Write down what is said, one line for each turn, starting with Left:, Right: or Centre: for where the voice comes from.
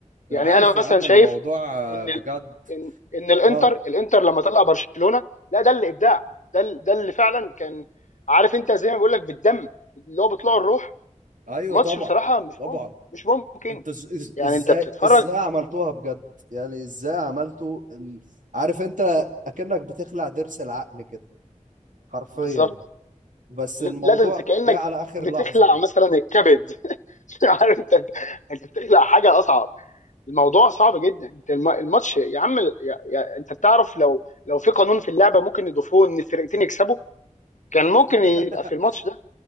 Right: انا
Left: يعني
Right: عارف
Left: انا
Right: يا
Left: مثلا
Right: عم
Left: شايف
Right: الموضوع آه،
Left: ان
Right: بجد
Left: ال- ان ان الانتر
Right: اه
Left: الانتر لما طلع برشلونة لا ده اللي ابداع ده ال- ده اللي فعلا كان عارف انت زي ما بقول لك بالدم اللي هو بيطلعوا الروح
Right: ايوه
Left: ماتش
Right: طبعا
Left: بصراحة مش
Right: طبعا
Left: ممكن مش ممكن
Right: انتوا إز- إز-
Left: يعني
Right: ازاي
Left: انت بتتفرج
Right: ازاي عملتوها بجد يعني ازاي عملتوا ال- عارف انت اكنك بتخلع ضرس العقل كده حرفيا
Left: بالظبط
Right: بس الموضوع
Left: لا ده انت كانك
Right: جه على اخر
Left: بتخلع
Right: لحظة بقى
Left: مثلا الكبد <laughs> عارف انت انت بتخلع حاجه اصعب الموضوع صعب جدا انت الم- الماتش يا عم ال- يا... يا... انت بتعرف لو لو في قانون في اللعبه ممكن يضيفوه ان الفرقتين يكسبوا كان ممكن
Right: <laughs>
Left: يبقى في الماتش ده